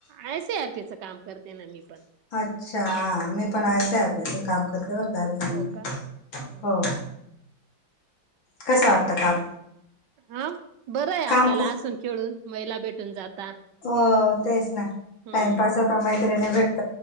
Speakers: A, on the right; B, on the left.
A: आयसी आरपीचं काम करते ना मी पण
B: अच्छा मी पण
A: हम्म.
B: आय सी आर पी च ते काम करते बरं काय
A: हो का? हम्म
B: कसं वाटतं काम
A: हा बरं आहे
B: काम
A: आपल्याला
B: खूप
A: असून खेळून महिला भेटून जाता.
B: हो तेच ना
A: हम्म
B: टाइमपास होता मैत्रिणी भेट